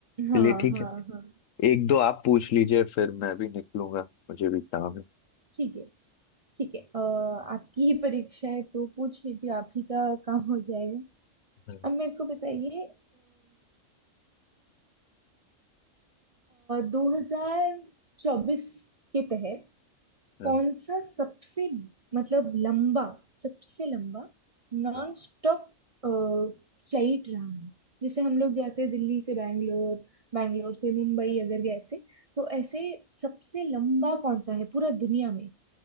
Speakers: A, on the right (about 35°); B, on the left (about 75°).
A: हाँ
B: चलिए ठीक
A: हाँ
B: है
A: हाँ
B: एक दो आप पूछ लीजिए फिर मैं भी निकलूंगा मुझे भी काम है
A: ठीक है ठीक है अ, आपकी ही परीक्षा है तो पूछ लीजिए आप ही का काम हो जाएगा
B: हाँ,
A: अब मेरे को बताइए दो हजार चौबीस के तहत
B: हाँ,
A: कौन सा सबसे मतलब लंबा सबसे लंबा नॉन
B: हाँ।
A: स्टॉप फ्लाइट रहा है जैसे हम लोग जाते हैं दिल्ली से बैंगलोर बैंगलोर से मुंबई अगर गए ऐसे तो ऐसे सबसे लंबा कौन सा है पूरा दुनिया में